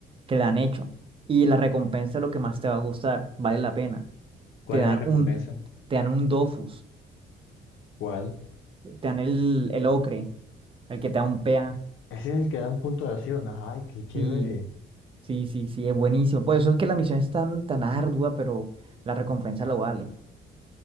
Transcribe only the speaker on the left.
¿Cuál
es la recompensa?
¿Cuál?
Ese es el que da un punto de acción. Ay, qué chévere.